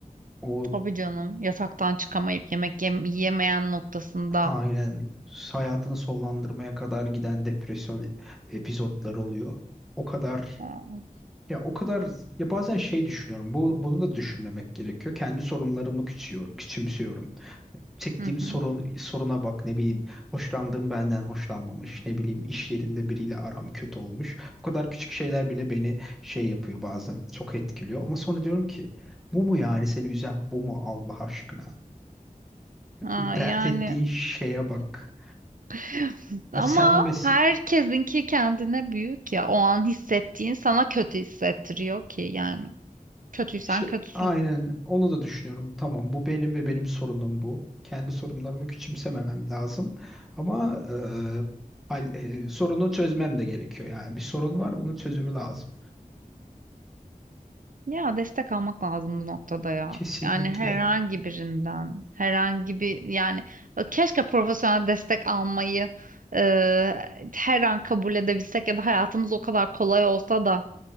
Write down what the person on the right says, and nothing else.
<laughs> Tabii canım. Yataktan çıkamayıp yemek yem- yiyemeyen noktasında.
Aa,
Hı
hı.
Aa,
yani
<laughs>
ama
herkesinki kendine büyük ya. O an hissettiğin sana kötü hissettiriyor ki yani. Kötüysen
kötüsün
Ya destek almak lazım bu noktada ya.
Yani herhangi birinden, herhangi bir yani e, keşke profesyonel destek almayı e, her an kabul edebilsek ya da hayatımız o kadar kolay olsa da